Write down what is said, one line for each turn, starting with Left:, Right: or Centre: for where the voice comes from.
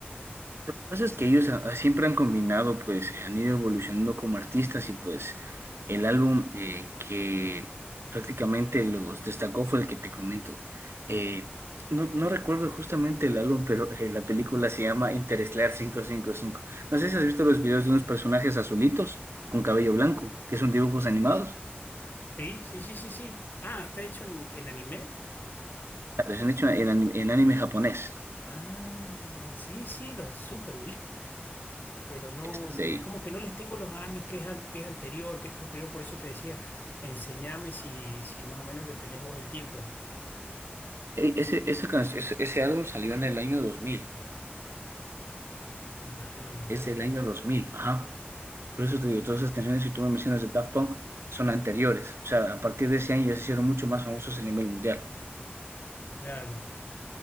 Right: Lo que pasa es que ellos ah, siempre han combinado, pues han ido evolucionando como artistas y pues el álbum eh, que prácticamente los destacó fue el que te comento. Eh, no, no recuerdo justamente el álbum, pero eh, la película se llama Interestelar quinientos cincuenta y cinco. No sé si has visto los videos de unos personajes azulitos con cabello blanco, que son dibujos animados.
Left: Sí, sí, sí, sí, sí. Ah, está hecho en, en anime.
Right: Claro, se han hecho en, ani- en anime japonés.
Left: Ah, sí, sí, los súper pero no,
Right: Esto es de
Left: es
Right: ahí.
Left: como que no les tengo los años, que es, an- qué es anterior, que es posterior, por eso te decía, enséñame si, si más o menos le tenés vos el tiempo.
Right: Eh, Ese, esa can- ese, ese álbum salió en el año 2000.
Left: Ajá,
Right: Es del año dos mil ajá. Por eso te digo, todas esas canciones que tú me mencionas de Daft Punk son anteriores. O sea, a partir de ese año ya se hicieron mucho más famosos a nivel mundial.
Left: claro.